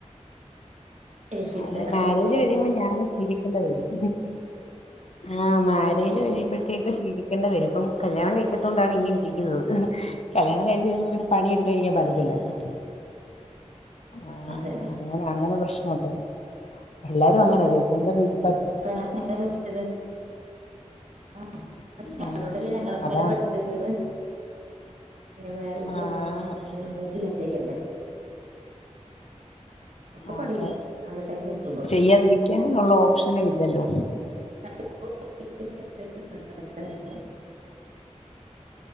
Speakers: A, on the right; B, on the left.
A: രക്ഷിതാക്കളെ
B: അതെ മാരേജ് കഴിയുമ്പോ ഞാൻ ശീലിക്കണ്ടേ വരും ആഹ് മാരേജ് കഴിയുമ്പോഴത്തേക്കും ശീലിക്കേണ്ടിവരും. ഇപ്പം കല്യാണം കഴിക്കാത്തകൊണ്ടാണ് ഇങ്ങനെ ഇരിക്കുന്നത്. കല്യാണം കഴിച്ച് കഴിയുമ്പോൾ പിന്നെ പണിയെടുക്കാതിരിക്കാൻ പറ്റത്തില്ലല്ലോ. ആഹ്
A: അതന്നെ
B: അങ്ങനെ അങ്ങനെ പ്രശ്നം ഉണ്ട്, എല്ലാരും അങ്ങനല്ലേ സ്വന്തം വീട്ട
A: <unintelligible> ആ
B: ആഹ്
A: അതുകൊണ്ടല്ലേ ഞങ്ങളൊക്കെ ഇങ്ങനെ
B: അതാണ്
A: പഠിച്ചത്? പിന്നെ വേറെ വീട്ടില്
B: ആഹ്
A: ഞമ്മൾ സ്വന്തായിട്ട് എല്ലാം ചെയ്യണ്ടേ? ഒക്കെ പഠിയും
B: അതെ
A: ആ ഒരു ടൈം എത്തുമ്പോ
B: ചെയ്യാതിരിക്കാനുള്ള ഓപ്ഷനും ഇല്ലല്ലോ
A: അ <unintelligible> അതെ.